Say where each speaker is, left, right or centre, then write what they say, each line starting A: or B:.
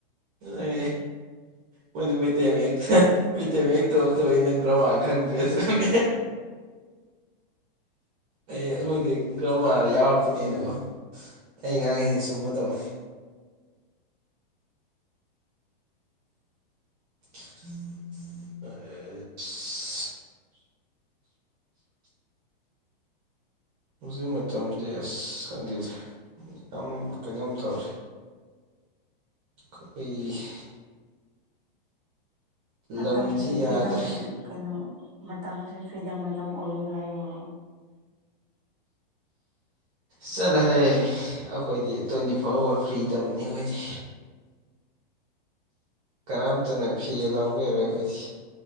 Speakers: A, on the right; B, on the right.
A: ꯔꯦ ꯃꯣꯏꯗꯤ ꯃꯩꯇꯩ ꯃꯌꯦꯛꯁꯦ ꯃꯩꯇꯩꯃꯌꯦꯛ ꯇꯃꯛꯇꯕꯒꯤ ꯅꯪ ꯒ꯭ꯔꯃꯥ ꯈꯪꯗ꯭ꯔꯤ ꯑꯗꯨꯅꯅꯦ ꯑꯩ ꯑꯩꯈꯣꯏꯗꯤ ꯒ꯭ꯔꯃꯥꯔ ꯌꯥꯎꯔꯛꯄꯅꯦꯅꯀꯣ ꯑꯩ ꯉꯥꯡꯢ ꯆꯨꯝꯕ ꯇꯧꯑꯣ <unintelligible> ꯍꯧꯖꯤꯛ ꯃꯇꯝꯗꯤ ꯑꯁ ꯈꯪꯗꯦꯗꯦ ꯌꯥꯝ ꯀꯩꯅꯣꯝ ꯇꯧꯔꯤ ꯀꯩ ꯢ
B: ꯃꯇꯝꯁꯦ
A: ꯂꯝꯁꯤ
B: ꯐ꯭ꯔꯤꯗꯝ
A: ꯌꯥꯗ꯭ꯔꯦ
B: ꯀꯩꯅꯣ ꯃꯇꯝꯁꯦ ꯐ꯭ꯔꯤꯗꯝ ꯃꯇꯝ ꯑꯣꯏꯌꯦ ꯍꯥꯏꯌꯣ
A: ꯆꯠꯂꯍꯦ ꯑꯈꯣꯏꯗꯤ ꯇ꯭ꯋꯦꯟꯇꯤ ꯐꯣꯔ ꯑꯋꯥꯔ ꯐ꯭ꯔꯤ ꯇꯝꯅꯤ ꯍꯥꯏꯗꯦ ꯀꯅꯥꯝꯇꯅ ꯐꯤ ꯂꯥꯎꯕ ꯌꯥꯔꯣꯏ ꯑꯩꯈꯣꯏꯗꯤ